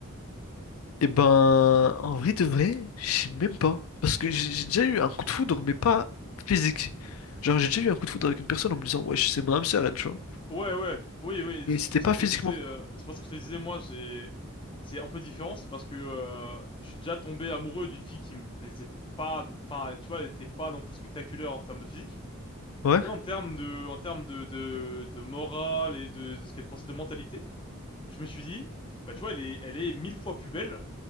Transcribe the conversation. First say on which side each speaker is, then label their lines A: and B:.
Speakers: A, on the left; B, on the left.
A: Et ben, en vrai de vrai, je sais même pas. Parce que j'ai j'ai déjà eu un coup de foudre, mais pas physique. Genre, j'ai déjà eu un coup de foudre avec une personne en me disant, ouais, c'est mon âme sœur, elle, tu vois.
B: Ouais, ouais, oui, oui,
A: Mais
B: c'est
A: c'était
B: pour
A: pas
B: ça que
A: physiquement.
B: je te disais, euh, c'est pour ça que je te disais, moi, j'ai, c'est un peu différent, c'est parce que euh, je suis déjà tombé amoureux d'une fille qui me plaisait pas, enfin, tu vois, elle était pas non plus spectaculaire en termes de physique,
A: Ouais.
B: mais en termes de, en termes de, de, de morale et de, de ce qu'elle pensait de mentalité, je me suis dit, bah, tu vois, elle est, elle est mille fois plus belle